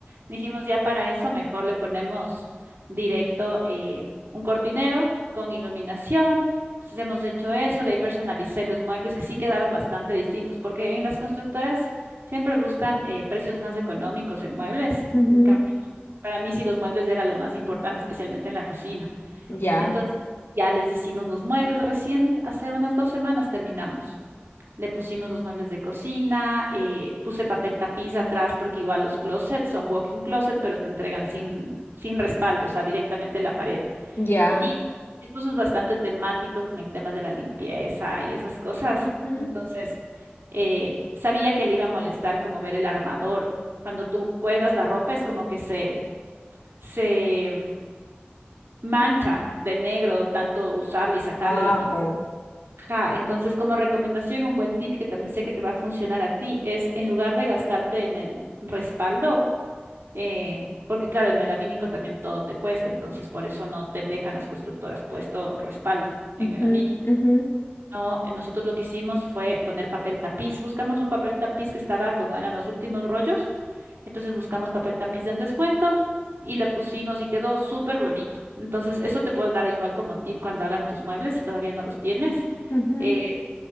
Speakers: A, on the right; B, on the left.
A: dijimos ya para eso mejor le ponemos directo eh, un cortinero con iluminación. Entonces hemos hecho eso, de ahí personalicé los muebles que sí quedaron bastante distintos, porque en las constructoras siempre buscan eh, precios más económicos en muebles.
B: Ujú.
A: En cambio, para mí sí los muebles era lo más importante, especialmente en la cocina.
B: Ya,
A: Entonces, ya les hicimos los muebles. Recién hace unas dos semanas terminamos. Le pusimos los muebles de cocina, eh, puse papel tapiz atrás porque igual los closets son walk-in closet, pero te entregan sin, sin respaldo, o sea, directamente en la pared.
B: ya.
A: Y mi esposo es bastante temático con el tema de la limpieza y esas cosas.
B: Ujú.
A: Entonces, eh, sabía que le iba a molestar como ver el armador. Cuando tú cuelgas la ropa es como que se, se mancha de negro, tanto usarle y sacarle
B: Ah,
A: la pintura.
B: ok.
A: Ajá, entonces como recomendación, un buen tip que también sé que te va a funcionar a ti es en lugar de gastarte en el respaldo, eh, porque claro, el melamínico también todo te cuesta, entonces por eso no te dejan las constructoras puesto respaldo en
B: Ujú,
A: melamínico.
B: ujú,
A: No, eh, nosotros lo que hicimos fue poner papel tapiz. Buscamos un papel tapiz que estaba como eran los últimos rollos. Entonces buscamos papel tapiz en descuento y le pusimos y quedó súper bonito. Entonces eso te puedo dar igual como tip cuando hagan tus muebles si todavía no los tienes.
B: ujú.
A: Eh,